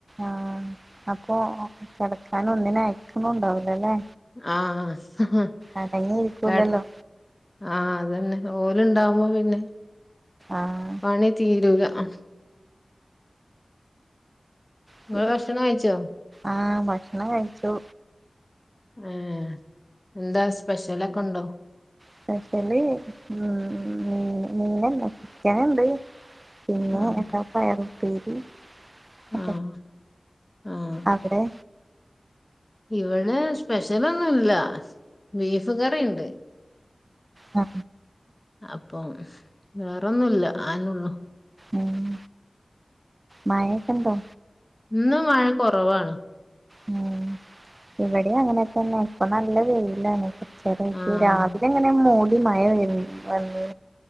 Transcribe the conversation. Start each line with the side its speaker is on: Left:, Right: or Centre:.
Right: ആഹ് അപ്പൊ കിടക്കാൻ ഒന്നിനും അയക്കുണുണ്ടാവൂലല്ലേ
Left: ആഹ്
Right: അടങ്ങിയിരിക്കൂലല്ലോ
Left: കെട ആ അതെന്നെ ഓല്ണ്ടാവുമ്പോ പിന്നെ
Right: ആഹ്
Left: പണി തീരൂല അ
Right: ശരി.
Left: ഇങ്ങള് ഭക്ഷണം കഴിച്ചോ
Right: ആ ഭക്ഷണം കഴിച്ചു
Left: ആ എന്താ സ്പെഷ്യലൊക്കെ ഉണ്ടോ?
Right: സ്പെഷ്യല് ഉം മീനന്നെ ചിക്കനുണ്ട് പിന്നെ
Left: ആഹ്
Right: ഇപ്പ പയറുപ്പേരി അ
Left: ആഹ് ആഹ്
Right: അവിടെ
Left: ഇവിടെ സ്പെഷ്യലൊന്നും ഇല്ല ബീഫ് കറിയ്ണ്ട്
Right: ആ
Left: അപ്പോ വേറൊന്നുല്ല അഎന്നുള്ളൂ
Right: ഉം മഴ ഒക്കെണ്ടോ
Left: ഇന്ന് മഴ കൊറവാണ്
Right: ഉം ഇവിടെ അങ്ങനെത്തന്നെ ഇപ്പൊ നല്ല വെയിലാണ് ഉച്ച തൊട്ട്
Left: ആഹ്
Right: രാവിലെ അങ്ങനെ മൂടി മഴ വ വന്ന്